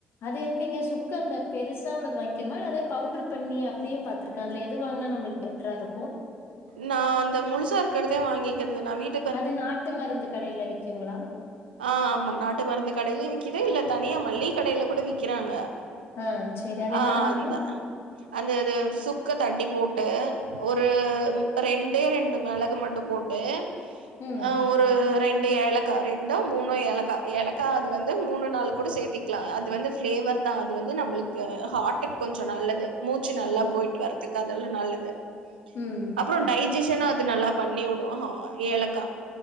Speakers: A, on the left; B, on the right.
A: அது எப்டிங்க சுக்கந்த பெருசா உள்ளது வாங்கினுமா இல்ல அத பவுட்ரு பண்ணி அப்டியு பாத்துருக்க அதுல எது வாங்னா நம்ளுக்கு பெட்ரா இருக்கூ
B: நா அந்த முழுசாருக்கறதே வாங்கிக்கறது நா வீட்
A: அது நாட்டு மருந்து கடைல விக்குங்ளா
B: ஆ ஆமா நாட்டு மருந்து கடைலயு விக்குது இல்ல தனியா மள்ளிய கடைல கூட விக்கிறாங்க
A: ஆ சரி அது
B: ஆ
A: என்ன பண்ணனு
B: அந்த அந்த இது சுக்க தட்டி போட்டு ஒரு ம் ரெண்டே ரெண்டு மெளகு மட்டு போட்டு
A: ம்
B: அ ஒரு ரெண்டு ஏலக்கா ரெண் டோ மூணோ ஏலக்கா ஏலக்கா அது வந்து மூணு நாலூ கூட சேத்திக்லா அது வந்து ஃப்ளேவர் தா அது வந்து நம்மளுக் கூ ஹாட்டுக் கொஞ்ச நல்லது மூச்சு நல்லா
A: ஓ
B: போயிட்டு வர்றதுக்கு அதெல்லா நல்லது
A: ம்
B: அப்றோ டைஜிஷன அது நல்லா பண்ணி வுடூ அஹா ஏலக்கா